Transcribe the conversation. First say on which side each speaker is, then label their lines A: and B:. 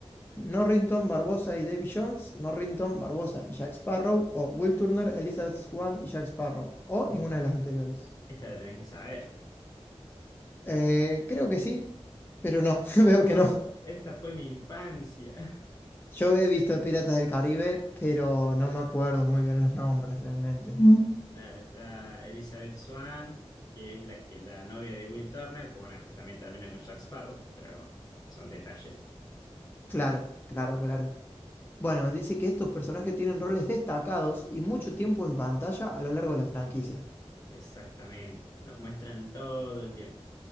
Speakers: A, on the left; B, on the left.
A: Norrington, Barbosa y Davy Jones, Norrington, Barbosa y Jack Sparrow, o Will Turner, Elizabeth Swann y Jack Sparrow, o
B: Eh,
A: ninguna de las anteriores.
B: Esta la tenés que saber.
A: Eh, creo que sí, pero no, <laughs> veo que
B: No,
A: no.
B: esta fue mi infancia. <laughs>
A: Yo he visto Piratas del Caribe, pero no me acuerdo muy bien los nombres realmente. Mm.
B: Claro, está Elizabeth Swann, que es la que la novia de Will Turner, que bueno, que también termina con Jack Sparrow, pero son detalles.
A: Claro, claro, claro. Bueno, dice que estos personajes tienen roles destacados y mucho tiempo en pantalla a lo largo de la franquicia.
B: Exactamente. Los muestran todo el tiempo.